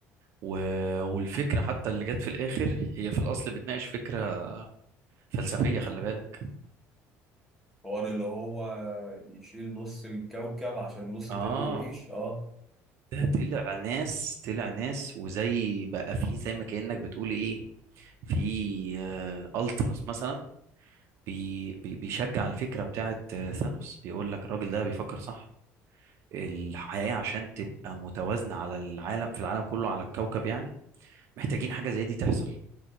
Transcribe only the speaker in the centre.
حوار اللي هو يشيل نص الكوكب عشان النص التاني
يعيش اه